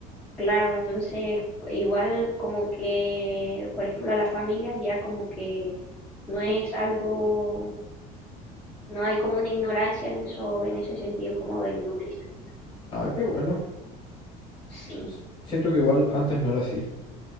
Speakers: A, in the centre; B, on the left (about 30°).
A: Claro, entonces, igual como que, por ejemplo, a la familia ya como que no es algo, no hay como una ignorancia en eso, en ese sentido como del nutricionista.
B: Ah, qué bueno.
A: Sí.
B: S- Siento que igual antes no era así.